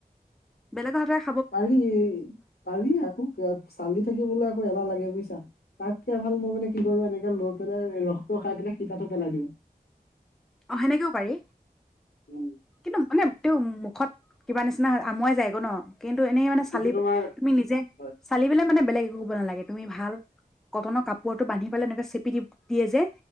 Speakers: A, in the centre; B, on the left.
A: বেলেগৰ হতে
B: পাৰি পাৰি আকৌ ক চালি থাকিবলৈ আকৌ এ লাগে বুজছা তাতকে ভাল মই মানে কি কৰো এনেকে লৈ পেলনে ৰসটো খাই পাই শীা থ লাগিব।
A: অ, সেনেকেও পাৰি
B: উম,
A: কিন্তু মানে এইটো মুখত কিবা নিচিনা আমুৱাই যায়গে ন। কিন্তু এনেই মানে চালি
B: কিন্তু তোমাৰ
A: তুমি নিজে,
B: হয়
A: চালি পেললে মানে বেলেগ ব নালাগে, তুমি ভাল কটনৰ কাপোৰটো বান্ধি পেলাই এনেক চেপি দিয়ে যে।